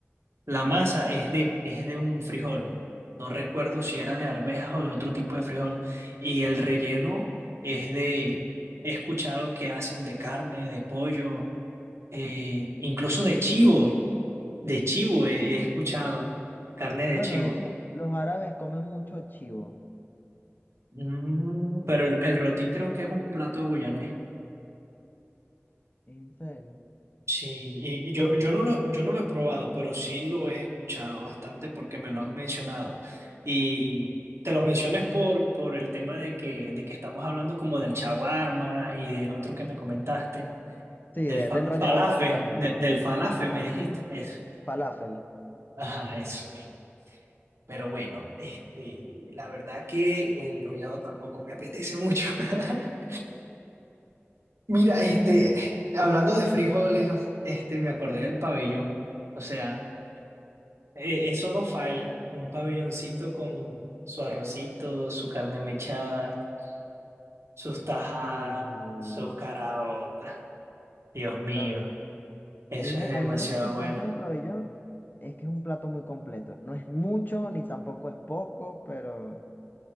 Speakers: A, on the right; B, on the left.
A: la masa es de es de un frijol. No recuerdo si era de arvejas o de otro tipo de frijol y el relleno es de he escuchado que hacen de carne, de pollo, eh, incluso de chivo, de chivo he he escuchado carne de
B: Bueno,
A: chivo.
B: de hecho, los árabes comen mucho chivo.
A: Mm, pero el, el roti creo que es un plato guyanés.
B: ¿En serio?
A: Sí, y y yo, yo no lo, yo no lo he probado, pero sí lo he escuchado bastante porque me lo han mencionado. Y te lo mencionas por, por el tema de que, de que estamos hablando como del shawarma y del otro que me comentaste,
B: Sí,
A: del
B: de,
A: fa-
B: de enrollado,
A: falafe,
B: básicamente.
A: de- del falafe
B: Ajá.
A: me dijiste. Eso.
B: Falafel.
A: Ajá, eso. mismo. Pero bueno, este, la verdad que el enrollado tampoco me apetece mucho. <laughs> Mira, este, hablando de frijoles, este, me acordé del pabellón. O sea, e- eso no falla. Un pabelloncito con su arrocito, su carne mechada, sus tajadas,
B: Sí.
A: sus caraotas. Dios mío,
B: Lo que...
A: eso
B: A mí, me,
A: es demasiado
B: a mí lo que me encanta
A: bueno.
B: del pabellón es que es un plato muy completo. No es mucho, ni tampoco es poco, pero...